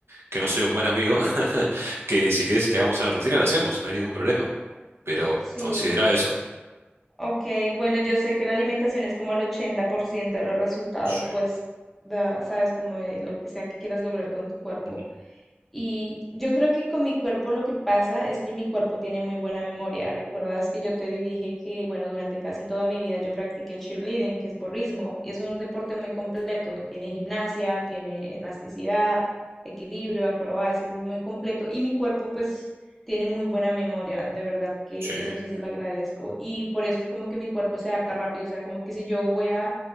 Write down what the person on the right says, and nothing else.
que no soy un buen amigo, <laughs> que si quieres que hagamos una rutina, la hacemos, no hay ningún problema. Pero
considera eso.
Sí.
Ujú.
Sí,